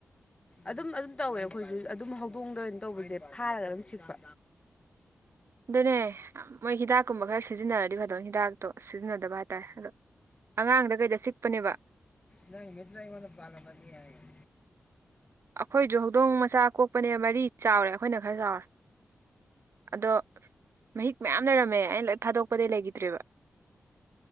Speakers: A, on the left; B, on the right.
A: ꯑꯗꯨꯝ ꯑꯗꯨꯝ ꯇꯧꯋꯦ ꯑꯩꯈꯣꯏꯁꯨ ꯑꯗꯨꯝ ꯍꯧꯗꯣꯡꯗ ꯀꯩꯅꯣ ꯇꯧꯕꯁꯦ ꯐꯥꯔꯒ ꯑꯗꯨꯝ ꯁꯤꯛꯄ
B: ꯑꯗꯨꯅꯦ ꯃꯣꯏ ꯍꯤꯗꯥꯛꯀꯨꯝꯕ ꯈꯔ ꯁꯤꯖꯤꯟꯅꯔꯗꯤ ꯐꯗꯣꯏ ꯍꯤꯗꯥꯛꯇꯣ ꯁꯤꯖꯤꯟꯅꯗꯕ ꯍꯥꯏꯇꯥꯔꯦ ꯑꯗꯣ ꯑꯉꯥꯡꯗ ꯀꯩꯗ ꯆꯤꯛꯄꯅꯦꯕ
A: ꯅꯪ ꯃꯤꯠꯇꯨꯅ ꯑꯩꯉꯣꯟꯗꯅ ꯄꯥꯜꯂꯝꯃꯗꯤ ꯍꯥꯏ ꯑꯣ
B: ꯑꯩꯈꯣꯏꯖꯨ ꯍꯧꯗꯣꯡ ꯃꯆꯥ ꯀꯣꯛꯄꯅꯦ ꯃꯔꯤ ꯆꯥꯎꯔꯦ ꯑꯩꯈꯣꯏꯅ ꯈꯔ ꯆꯥꯎꯔꯦ ꯑꯗꯣ ꯃꯍꯤꯛ ꯃꯌꯥꯝ ꯂꯩꯔꯝꯃꯦ ꯑꯩꯅ ꯂꯣꯏ ꯐꯥꯗꯣꯛꯄꯗꯩ ꯂꯩꯒꯤꯗ꯭ꯔꯦꯕ